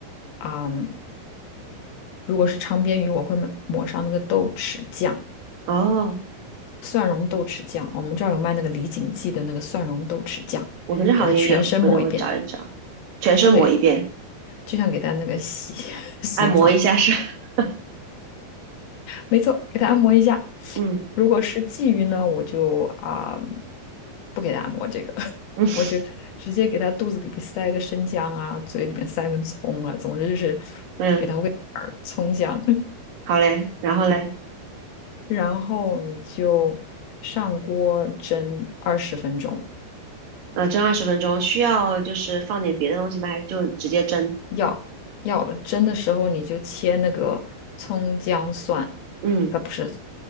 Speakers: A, on the left; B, on the right.
A: 嗯，如果是昌边鱼，我会抹抹上那个豆豉酱，
B: 哦。
A: 蒜蓉豆豉酱，我们这儿有卖那个李锦记的那个蒜蓉豆豉酱，
B: 我们这好像也有，
A: 给它全身抹一遍。
B: 回头我找一找，全身抹一遍，
A: 对，就像给它那个洗 <laughs> 洗澡，
B: 按摩一下是，<laughs>
A: 没错，给它按摩一下。
B: 嗯
A: 如果是鲫鱼呢，我就啊、不给它按摩这个，<laughs>
B: 嗯
A: 我就直接给它肚子里边塞个生姜啊，嘴里面塞根葱啊，总之就是
B: 嗯，
A: 给它喂点儿葱姜，<laughs>
B: 好嘞，然后嘞，
A: 然后你就上锅蒸二十分钟。
B: 呃，蒸二十分钟，需要就是放点别的东西吗？还是就直接蒸？
A: 要要蒸的时候，你就切那个葱姜蒜，
B: 嗯，
A: 呃，不是